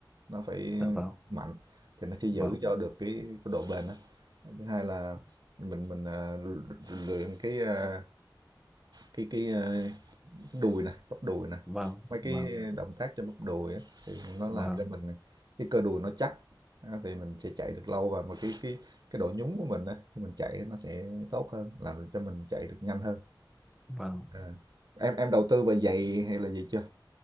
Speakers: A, on the right (about 55°); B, in the centre.
A: nó phải
B: dạ vâng
A: mạnh thì nó sẽ giữ
B: vâng
A: cho được cái, cái độ bền á. Thứ hai là mình mình ờ, luyện cái ờ, cái cái ờ, Đùi nè, bắp đùi nè,
B: vâng
A: mấy
B: vâng
A: cái động tác cho bắp đùi á, thì nó
B: vâng
A: làm cho mình cái cơ đùi nó chắc, á, thì mình sẽ chạy được lâu và mà cái cái cái độ nhún của mình á, khi mình chạy nó sẽ tốt hơn, làm cho mình chạy được nhanh hơn.
B: vâng
A: Ờ. Em em đầu tư về giày hay là gì chưa?